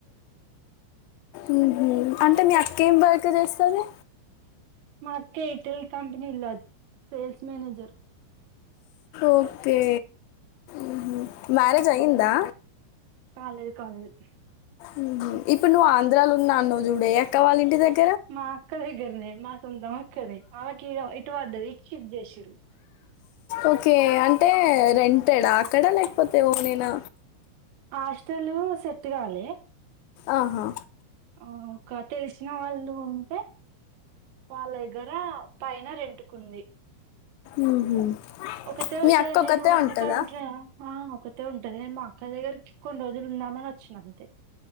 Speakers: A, on the left; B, on the right.
A: ఊ హూ అంటే మీ అక్కేం వ ర్క్ జేస్తదె
B: మా అక్క <unintelligible> సేల్స్ మానేజర్
A: ఓకే ఉహు మ్యారేజ్ అయిందా
B: కాలేదు కాలేదు
A: ఉ హూ ఇప్పుడు నువ్ ఆంధ్రాలో ఉన్నా అన్నావ్ జూడు ఏ అక్క వాళ్ళింటి దగ్గ్
B: మా అక్క దగ్గరనే మా సొంతం అక్కదే ఆమెకి ఈ ఇటు పడ్డది ఇటు షిఫ్ట్ జేషిరు
A: ఓకే అంటే రెంటేడా అక్కడా లేకపోతే ఓనేనా
B: ఆస్టలూ సెట్ గాలే
A: ఆహా
B: ఆ ఇంక తెలిసిన వాళ్లు ఉంటే వాళ్ల దగ్గర పైన రెంటుకుంది
A: మ్మ్హ.
B: ఒకతే
A: మీ
B: ఉంటది
A: అక్క ఒకతే
B: నేను ఇంటి
A: ఉంటుందా
B: కాడా ఉంటున్న ఆ ఒక తే ఉంటది మా అక్క దగ్గరికి కొన్ని రోజులు ఉందామని వచ్చిన అంతే